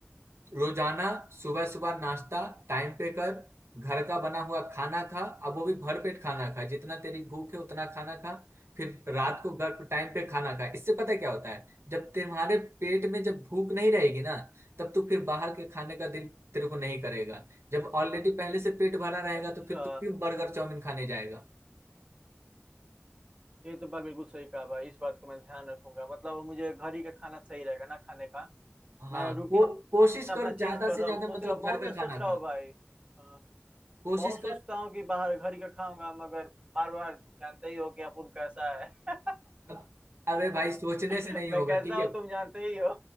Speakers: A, on the right; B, on the right.
A: रोजाना सुबह सुबह नाश्ता टाइम पे कर घर का बना हुआ खाना खा अब वो भी भर पेट खाना खा जितना तेरी भूख है उतना खाना खा फिर रात को घर टाइम पे खाना खा इससे पता है क्या होता है जब तुम्हारे पेट में जब भूख नहीं रहेगी ना तब तू फिर बाहर के खाने का दिल तेरे को नहीं करेगा जब ऑलरेडी पहले से पेट भरा रहेगा
B: अच्छा
A: तो फिर तू क्यों बर्गर चाउमीन खाने जाएगा
B: ये तो बात बिल्कुल सही कहा भाई इस बात को मैं ध्यान रखूंगा मतलब मुझे घर ही का खाना सही रहेगा ना खाने का
A: हाँ
B: मैं रूटीन
A: को, कोशिश
B: अपना
A: कर
B: चेंज
A: ज्यादा
B: कर
A: से
B: रहा
A: ज्यादा
B: हूँ सोच
A: मतलब
B: रहा हूँ,
A: घर
B: बहुत
A: का
B: दिन से
A: खाना
B: सोच रहा
A: खा
B: हूँ भाई हाँ,
A: कोशिश
B: बहुत सोचता
A: कर
B: हूँ कि बाहर घर ही का खाऊंगा मगर बार बार जानते ही हो कि अपुन कैसा है
A: अब- अबे भाई सोचने
B: <laughs>
A: से नहीं
B: मैं
A: होगा
B: कैसा
A: ठीक
B: हूँ
A: है
B: तुम जानते ही हो